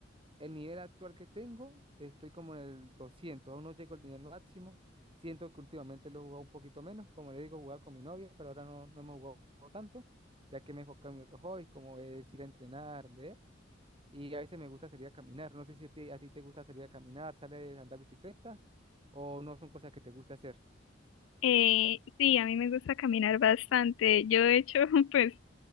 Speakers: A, on the right; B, on the left.
A: el nivel actual que tengo, estoy como en el 200, aún no llego al nivel máximo. Siento que últimamente lo he jugado un poquito menos, como le digo, jugaba con mi novia, pero ahora no, no me he jugado tanto, ya que me he enfocado en mis otros hobbies, como es ir a entrenar, leer, y a veces me gusta salir a caminar. No sé si a ti, a ti te gusta salir a caminar, sales a andar bicicleta, o no son cosas que te gusta hacer.
B: Eh, sí, a mí me gusta caminar bastante. Yo, de hecho, <laughs> pues